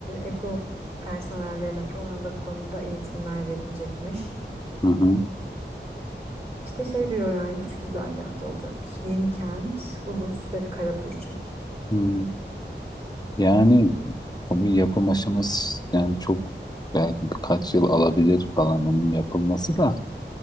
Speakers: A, on the right; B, on the left.
A: EGO personellerine falan da bu konuda eğitimler verilecekmiş.
B: hı hı.
A: İşte şey diyor yani üç güzergahta olacakmış. Yenikent, Ulus ve Karapürçek.
B: Hı. Yani tabii yapım aşaması yani çok belki birkaç yıl alabilir falan onun yapılması da